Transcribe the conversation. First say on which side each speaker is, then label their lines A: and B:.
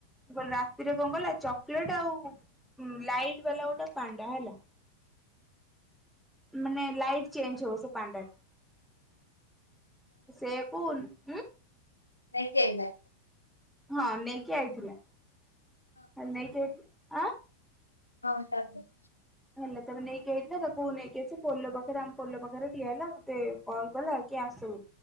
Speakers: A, in the centre; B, on the left.
A: କହିଲି ରାତିରେ କଁ କଲା ଚକ୍ଲେଟ ଆଉ ହୁଁ ଲାଇଟ୍ ବାଲା ଗୋଟେ ପାଣ୍ଡା ହେଲା। ମାନେ ଲାଇଟ୍ ଚେଞ୍ଜ ହବ ସେ ପାଣ୍ଡାଟା ତ ସେଇଆ କୁ ନୁ
B: ନେଇକି ଆଇଲା।
A: ହଁ ନେଇକି ଆଇଥିଲା ଆ ନେଇକି ଆଇଥିଲା ଆଁ
B: ହଁ ତାପରେ।
A: ହେଲା ତାପରେ ନେଇକି ଆଇଥିଲା ତାକୁ ନେଇକି ଆସି ପୋଲୋ ପାଖେରେ ଆମ ପୋଲୋ ପାଖେରେ ଠିଆ ହେଲା ମୋତେ କଲ୍ କଲା କି ଆସ ବୋଲି